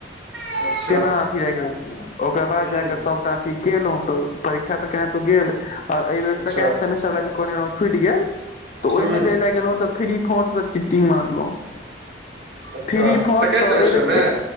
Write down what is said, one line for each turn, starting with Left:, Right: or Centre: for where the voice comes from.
Right: अच्ा <unintelligible>
Left: तेना अथि राखि दै छलहुँ हँ ओकर बाद
Right: हूँ
Left: जाकऽ सब तऽ अथि केलहुँ तऽ परीक्षा तऽ केना तो गेल और एहि बेर
Right: अच्छा
Left: सेकेंड सेमेस्टर लै जे कोइ छुटि गेल तऽ ओहिमे
Right: हूँ
Left: दै लए गेलहुँ तऽ फ्री फोनसँ चिट्टींग मारलहुँ
Right: अच्छा
Left: फ्री फोनसँ
Right: सेकेण्ड सेमेस्टरमे
Left: एहि बेर च